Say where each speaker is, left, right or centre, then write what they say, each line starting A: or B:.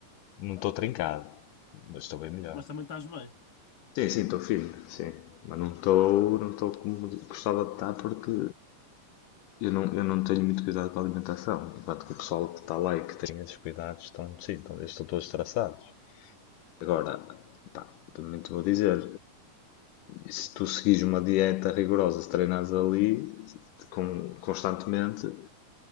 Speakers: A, on the left; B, on the left.
A: Não
B: Ah,
A: estou
B: ok.
A: trincado, mas estou bem melhor.
B: Mas também estás bem.
A: Sim, sim, estou firme, sim. Mas não estou, não estou como gostava de estar porque Eu não, eu não tenho muito cuidado com a alimentação, enquanto que o pessoal que está lá e que tem esses cuidados estão, sim, estão, eles estão todos traçados. Agora, pá, também te vou dizer, se tu seguires uma dieta rigorosa, se treinares ali com, constantemente,